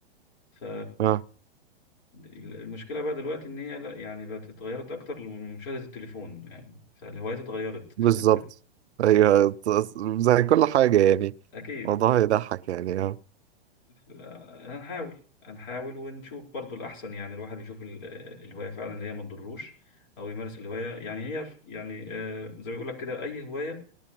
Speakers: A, on the left (about 50°); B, on the right (about 85°).
A: ف
B: اه
A: المشكله بقى دلوقتي ان هي لا يعني بقت اتغيرت اكتر لمشاهده التليفون يعني فالهوايات اتغيرت
B: بالظبط
A: <laughs>
B: ايوه ت- زي كل حاجه يعني
A: اكيد
B: الموضوع يضحك يعني اه
A: ف- هنحاول هنحاول ونشوف برضو الاحسن يعني الواحد يشوف ال- الهوايه فعلا اللي هي ما تضروش او يمارس الهوايه يعني هي يعني آه، زي ما بيقول لك كده اي هوايه